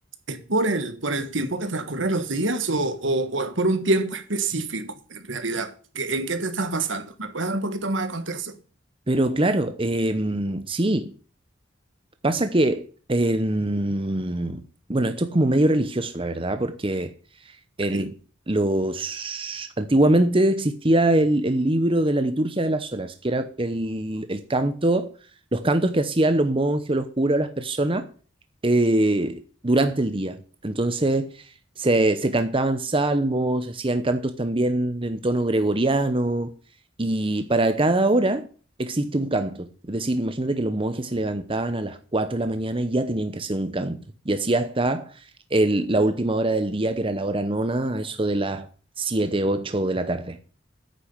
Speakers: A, on the right; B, on the right.
A: ¿es por el, por el tiempo que transcurren los días o, o- o es por un tiempo específico en realidad? ¿Qué- ¿En qué te estás basando? ¿Me puedes dar un poquito más de contexto?
B: Pero claro, em, sí, pasa que, em, bueno, esto es como medio religioso, la verdad, porque el-
A: Ok.
B: los, antiguamente existía el, el libro de la liturgia de las horas, que era el, el canto, los cantos que hacían los monjes, o los curas, o las personas eh, durante el día. Entonces se, se cantaban salmos, se hacían cantos también en tono gregoriano, y para cada hora existe un canto. Es decir, imagínate que los monjes se levantaban a las 4 de la mañana y ya tenían que hacer un canto, y así hasta el- la última hora del día, que era la hora nona, a eso de las 7 8 de la tarde.